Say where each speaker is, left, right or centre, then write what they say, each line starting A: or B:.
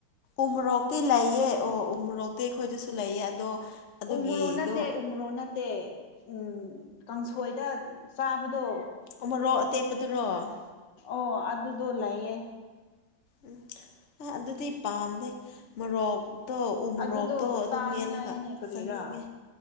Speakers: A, on the left; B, on the left.
A: ꯎꯃꯣꯔꯣꯛꯇꯤ ꯂꯩꯌꯦ ꯑꯣ ꯎꯃꯣꯔꯣꯛꯇꯤ ꯑꯩꯈꯣꯏꯗꯁꯨ ꯂꯩꯌꯦ ꯑꯗꯣ ꯑꯗꯨꯒꯤꯗꯣ
B: ꯎꯃꯣꯔꯣꯛ ꯅꯠꯇꯦ ꯎꯃꯣꯔꯣꯛ ꯅꯠꯇꯦ ꯎꯝ ꯀꯥꯡꯁꯣꯏꯗ ꯆꯥꯕꯗꯣ
A: ꯎꯃꯣꯔꯣꯛ ꯑꯇꯦꯛꯄꯗꯨꯔꯣ
B: ꯑꯣ ꯑꯗꯨꯗꯣ ꯂꯩꯌꯦ
A: ꯎꯝ ꯑ ꯑꯗꯨꯗꯤ ꯄꯥꯝꯗꯦ ꯃꯣꯔꯣꯛꯇꯣ ꯎ
B: ꯑꯗꯨꯗꯣ
A: ꯃꯣꯔꯣꯛꯇꯣ ꯑꯗꯨꯝ
B: ꯆꯥꯅꯤꯡꯉꯥꯏꯅꯤꯅꯦ
A: ꯃꯦꯜꯂꯒ
B: ꯀꯔꯤꯔꯥ
A: ꯆꯥꯅꯤꯡꯉꯦ